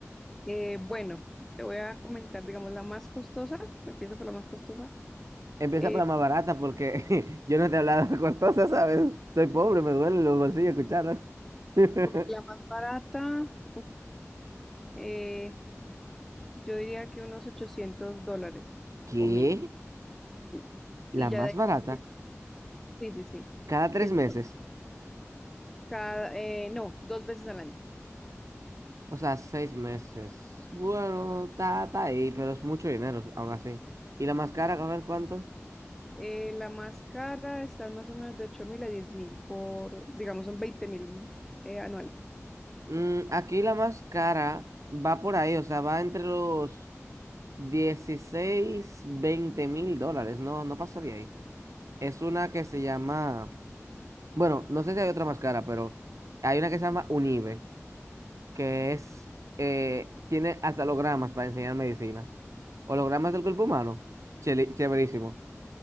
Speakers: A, in the centre; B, on the right.
A: Eh, bueno, te voy a comentar, digamos, la más costosa, Empiezo por la más costosa,
B: Empieza
A: es
B: por la más barata porque <laughs> yo no te he hablado de costosa, ¿sabes? Soy pobre, me duelen los bolsillos escucharlo. <laughs>
A: o la más barata, uf, eh, yo diría que unos 800 dólares
B: ¿Qué?
A: o 1000. sí. Y
B: ¿La más
A: ya de ahí,
B: barata?
A: sí, sí, sí,
B: Cada tres
A: que yo
B: meses,
A: cada, eh, no, dos veces al año.
B: o sea, seis meses. Bueno, está, está ahí, pero es mucho dinero, aún así. ¿Y la más cara, a ver cuánto?
A: Eh, la más cara está en más o menos de ocho mil a diez mil por, digamos, son veinte mil eh, anuales.
B: Mm, aquí la más cara va por ahí, o sea, va entre los 16 20 mil dólares, no, no pasa de ahí. Es una que se llama, bueno, no sé si hay otra más cara, pero hay una que se llama Unive, que es, eh, tiene hasta hologramas para enseñar medicina. Hologramas del cuerpo humano, cheli- chéverísimo.